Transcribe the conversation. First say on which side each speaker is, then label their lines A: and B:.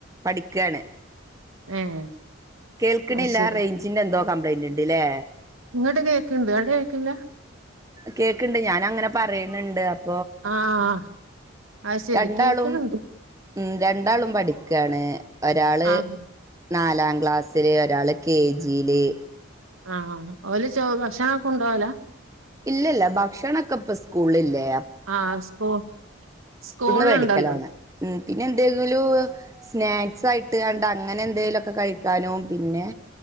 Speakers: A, on the right (about 15°); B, on the right (about 85°).
A: പഠിക്കാണ്
B: ഏഹ്
A: കേൾക്ക്ണ്ല്ല
B: അത് ശരി
A: റേഞ്ചിൻ്റെ എന്തോ കംപ്ലയിന്റ് ഇണ്ട്ല്ലേ
B: ഇങ്ങട്ട് കേക്ക്ണ്ട് അങ്ട്ട് കേക്ക്ല്ല
A: കേക്ക്ണ്ട് ഞാൻ അങ്ങനെ പറയ് ണ് ണ്ട് അ
B: ആഹ് അത് ശരി
A: രണ്ടാളും
B: കേക്ക്ണ് ണ്ട്
A: ഉം രണ്ടാളും പഠിക്കാണ് ഒരാള്
B: ആഹ്
A: നാലാം ക്ലാസ്സില് ഒരാള് കെ ജിയില്
B: ആഹ് ഓല് ചോ ഭക്ഷണൊക്കെ കൊണ്ടോവലാ
A: ഇല്ലല്ല ഭക്ഷണക്കപ്പ സ്കൂൾള് ഇല്ലേ
B: ആഹ് സ്കൂ സ്കൂൾല്
A: മേടിക്കലാണ്
B: ഇണ്ടല്ലോ
A: ഉം പിന്നെ എന്തെങ്കിലും സ്നാക്സ് ആയിട്ട് കാണ്ട് അങ്ങനെ എന്തേലും ഒക്കെ കഴിക്കാനും പിന്നെ